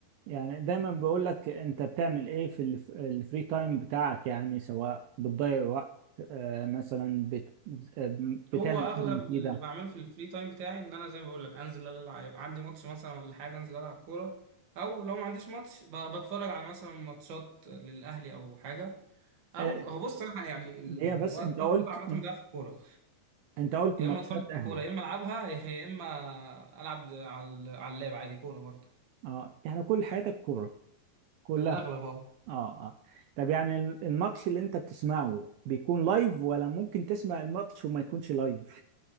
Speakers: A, on the right; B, on the right.
A: يعني دايما بقول لك انت بتعمل ايه في الف- الفري تايم بتاعك يعني سواء بتضيع وقت آه، مثلا بت آه، بتعمل
B: هو اغلب
A: حاجة مفيدة
B: اللي بعمله في الفري تايم بتاعي ان انا زي ما بقول لك انزل العب يبقى عندي ماتش مثلا ولا حاجه انزل العب كوره او لو ما عنديش ماتش ب- بتفرج على مثلا ماتشات للاهلي او حاجه او
A: آه،
B: هو بص انا يعني الوقت
A: هي بس انت
B: الفاضي
A: قلت
B: كله عامه بضيع في الكوره
A: انت قلت
B: يا
A: ماتشات
B: اما اتفرج
A: اهلي
B: على كوره يا اما العبها يا اما العب على على اللاب عادي كوره برضه
A: اه يعني كل حياتك كورة كلها
B: في الاغلب
A: اه اه طب يعني الماتش اللي انت بتسمعه بيكون لايف ولا ممكن تسمع الماتش وما يكونش لايف